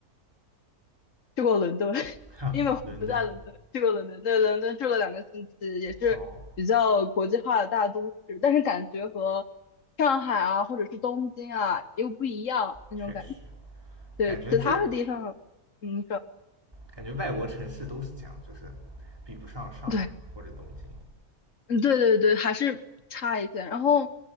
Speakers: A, on the left (about 60°); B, on the right (about 15°).
A: 去过伦敦，<laughs>
B: 哈，
A: 因为我不在伦敦，
B: <laughs> 伦敦。
A: 去过伦敦，对，伦敦住了两个星期，也是比较国际化的大都市，
B: 哦，
A: 但是感觉和上海啊或者是东京啊又不一样那种感觉。
B: 确实，
A: 对，
B: 感觉这
A: 其他的地方，嗯你说。
B: 感觉外国城市都是这样，就是比不上上海或者东京。
A: <laughs> 嗯，对对对，还是差一些。然后